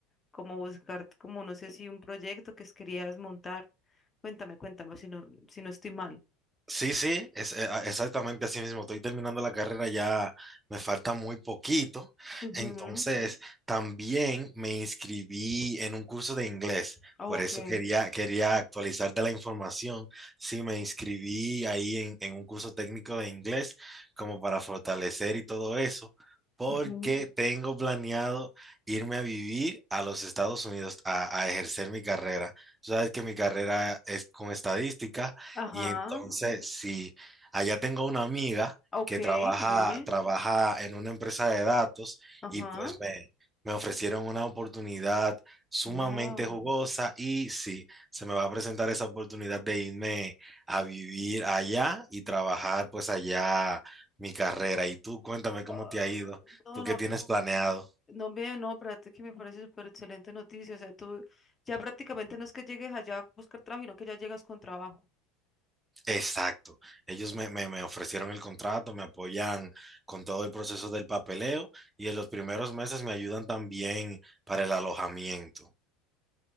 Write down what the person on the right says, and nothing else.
Sí, sí, es, eh, a- exactamente así mismo. Estoy terminando la carrera ya, me falta muy poquito.
Entonces, también me inscribí en un curso de inglés.
Por eso quería, quería actualizarte la información. Sí, me inscribí ahí en, en un curso técnico de inglés como para fortalecer y todo eso, porque
tengo planeado irme a vivir a los Estados Unidos a, a ejercer mi carrera. Tú sabes que mi carrera es con estadística
y entonces, si allá tengo una amiga
que trabaja,
trabaja en una empresa de datos
y pues me, me ofrecieron una oportunidad sumamente
jugosa y sí, se me va a presentar esa oportunidad de irme a vivir allá y trabajar pues allá mi carrera. Y tú, cuéntame cómo
te ha ido, tú
qué tienes planeado.
Exacto. Ellos me, me- me ofrecieron el contrato, me apoyan con todo el proceso del papeleo y en los primeros meses me ayudan también para el alojamiento.